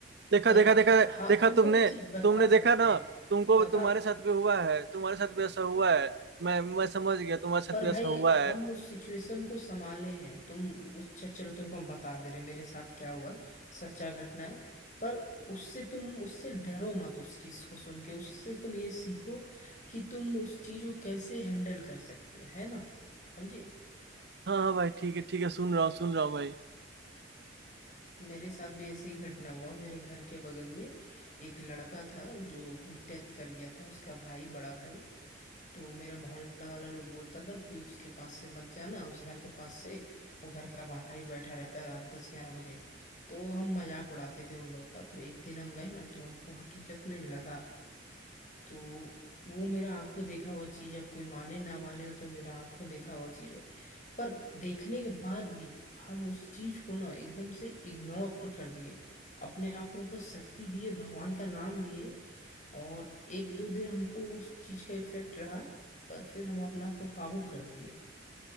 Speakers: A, on the right; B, on the left.
A: देखा
B: पर
A: देखा देखा
B: हाँ
A: देखा
B: तुमको
A: तुमने
B: हम ये चीज बता
A: तुमने देखा
B: सकते
A: ना
B: हैं
A: तुमको
B: बता
A: तुम्हारे साथ भी हुआ है तुम्हारे साथ भी ऐसा हुआ है मैं मैं समझ गया तुम्हारे साथ
B: पर
A: भी
B: भाई
A: ऐसा हुआ है
B: हम उस सिचुएशन को संभाले हैं तुम उस च- चलो तुमको हम बता दे रहे हैं, मेरे साथ क्या हुआ है, सच्चा घटना है पर उससे तुम उससे डरो मत उस चीज को सुन के उससे तुम ये सीखो कि तुम उस चीज को कैसे हैंडल कर सकते हो है ना समझे
A: हाँ हाँ भाई ठीक है ठीक है सुन रहा हूँ सुन रहा हूँ भाई
B: मेरे साथ भी ऐसे ही घटना हुआ मेरे घर के बगल में एक लड़का था जो डेथ कर गया था उसका भाई बड़ा भाई तो मेरा मोहल्ला वाला लोग बोलता था कि उसके पास से मत जाना उस घर के पास से वो घर का बाहर ही बैठा रहता है रात दस ग्यारह बजे तो हम मजाक उड़ाते थे उन लोग का तो एक दिन हम गए ना तो हमको हकीकत में लगा तो वो मेरा आंखों देखा हुआ चीज आप कोई माने ना माने हो तो मेरा आंखों देखा हुआ चीज है पर देखने के बाद भी हम उस चीज को ना एकदम से इग्नोर कर दिए अपने आप को मतलब शक्ति दिए भगवान का नाम लिए और एक दो दिन हमको उस चीज का इफेक्ट रहा पर फिर हम अपने आप को काबू कर लिए